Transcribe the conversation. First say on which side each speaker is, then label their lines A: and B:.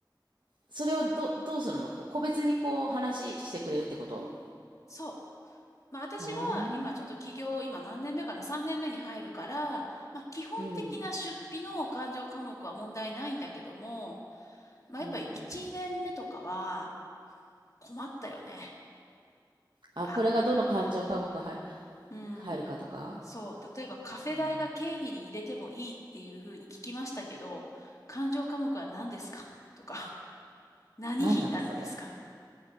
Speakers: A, on the right (about 80°); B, on the left (about 45°).
A: それをど、どうするのこ個別にこう話してくれるってこと
B: そう。まあ、私は今ちょっと起業、
A: ああ、
B: 今何年目かな ?3 年目に入るから、まあ、基本的な出費の勘定科目は問題ないんだけども、
A: うん、
B: まあ、やっぱり1、
A: うん。
B: 年目とかは困ったよね。
A: あ、
B: あの、
A: これがどの感情科目入る、
B: うん。
A: 入るかとか
B: そう、例えばカフェ代が経費に入れてもいいっていうふうに聞きましたけど、
A: あー
B: 勘定科目は何ですかとか、<laughs> 何費になるんですか
A: 何なのそれ。